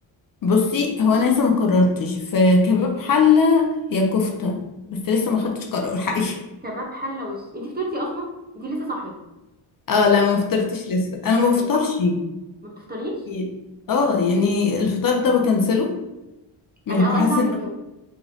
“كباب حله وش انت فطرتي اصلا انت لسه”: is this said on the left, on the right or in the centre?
Right